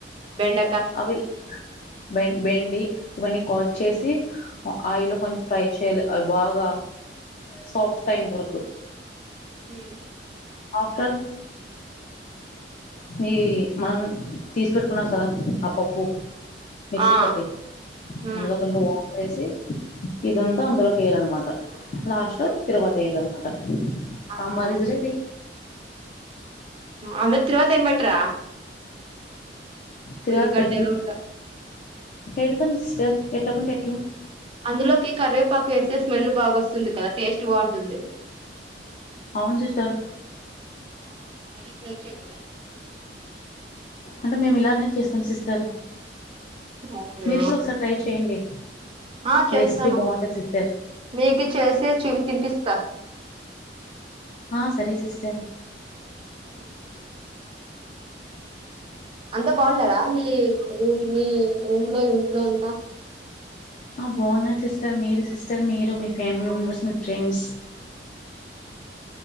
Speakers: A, on the right; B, on the left.
A: బెండ
B: అవి బె బెండి ఇవన్నీ కాట్ చేసి ఆయిలో కొంచెం ఫ్రై చేయాలి అవి బాగా సోఫ్ట్ అయంతవరకు
A: ఉం
B: ఆఫ్టర్ ఈ మనం తీసి పెట్టుకున్నాం కదా ఆ పప్పు మిక్సీ
A: ఆ
B: పట్టి
A: మ్మ్
B: అందులో కొంచం వాము ఏసి ఇదంతా అందులోకి ఏయాలనమాట లాస్ట్
A: ఓకే
B: తిరువాత ఏయాలా అనమాట
A: ఆహా
B: సాంబార్ ఇస్ రెడి
A: అంద్ తిరువాతా ఎంబెట్రా
B: తరువాత
A: ఉల్లిగడ్డలు
B: పెట్టిన ఎడతం సిస్టర్ ఎట్టకుంటే ఎట్ల
A: అందులోకి కరివేపాకు వేస్తే స్మెల్ బాగొస్తుంది కదా టేస్ట్ బాగుంటుంది.
B: అవును సిస్టర్
A: ఆ అది ట్రై చేయలేదా
B: అంటే మేము ఇలానే చేస్తాం సిస్టర్
A: అవునా
B: మీరు కూడా ఒకసారి ట్రై చేయండి
A: ఆ చేస్తాను.
B: ఈ రెసిపీ బాగుంటది సిస్టర్
A: మీకి చేసి చూ తినిపిస్తా.
B: ఆ సరే సిస్టర్
A: మ్ అంతా బాగుండరా మీ రూమ్ మీ రూమ్ లో ఇంట్లో అంతా
B: ఆ బాగున్నారు సిస్టర్ మీరు సిస్టర్ మీరు, మీ ఫ్యామిలీ
A: ఆ
B: మెంబర్స్, మీ ఫ్రెండ్స్?